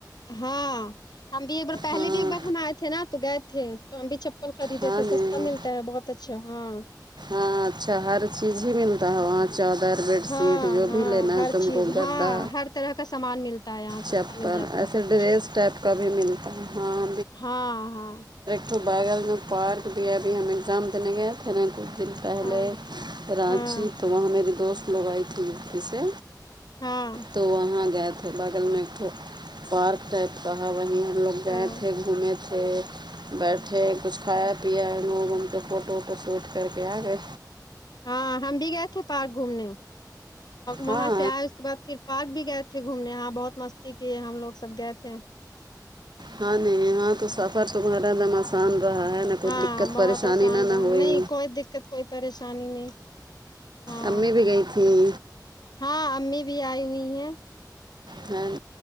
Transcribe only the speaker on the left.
ہاں ہم بھی ایک بار پہلے
بھی ایک بار ہم آئے تھے نا تو گئے تھے تو ہم بھی چپ پل خریدے
تھے
سستا ملتا ہے بہت اچھا ہاں
ہاں
ہاں
ہر
چیز
ہاں ہر طرح کا سامان ملتا ہے یہاں
سستا مل جاتا
ہے سب
کچھ
ہاں ہاں
ہاں
ہاں
ہاں
ہاں
ہاں ہم بھی گئے تھے پارک گھومنے
وہاں سے آئے اس کے بعد پھر پارک بھی گئے تھے تھے گھومنے یہاں بہت مستی کیے ہم لوگ سب گئے تھے
ہاں
بہت
آسان
رہا
نہیں کوئی دقت کوئی پریشانی نہیں ہاں
ہاں امی بھی آئی ہوئی ہیں